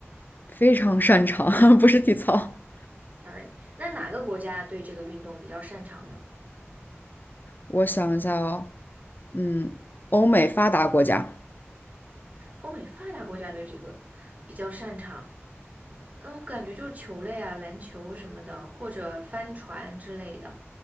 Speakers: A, on the left; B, on the right.
A: 非常擅长，<laughs> 不是体操。
B: Sorry，那哪个国家对这个运动比较擅长呢？
A: 我想一下哦，嗯，欧美发达国家，
B: 欧美发达国家对这个比较擅长。嗯，我感觉就是球类啊，篮球什么的，或者帆船之类的。